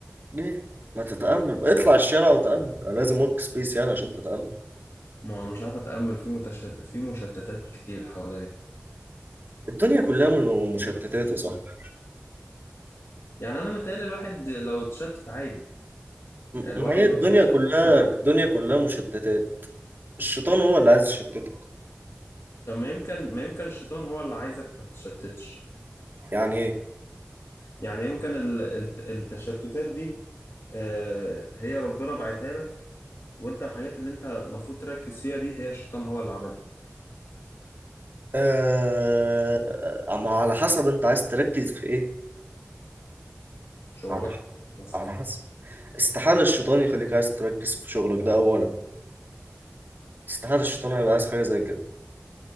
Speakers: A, on the right; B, on the left.
A: ليه؟ ما تتأمل بقى. اطلع الشارع وتأمل أنا لازم ورك سبيس يعني عشان تتأمل
B: ما انا مش عارف اتأمل في متشتت في مشتتات كتير حواليا
A: الدنيا كلها م- مشتتات يا صاحبي
B: يعني انا متهيألي الواحد لو اتشتت عادي
A: م-
B: يعني الواحد
A: ما هي
B: لو
A: الدنيا
B: بيتشتت
A: كلها
B: عادي
A: الدنيا كلها مشتتات الشيطان هو اللي عايز يشتتك
B: طب ما يمكن ما يمكن الشيطان هو اللي عايزك ما تتشتتش
A: يعني ايه؟
B: يعني يمكن ال- الت- التشتتات دي آه، هي ربنا بعتها لك وانت الحاجات اللي انت المفروض تركز فيها دي هي الشيطان هو اللي عملها
A: آه... ما على حسب انت عايز تركز في ايه
B: شغلك
A: على ح-
B: مثلا
A: على حسب استحالة الشيطان يخليك عايز تركز في شغلك ده أولا استحالة الشيطان هيبقى عايز حاجة زي كده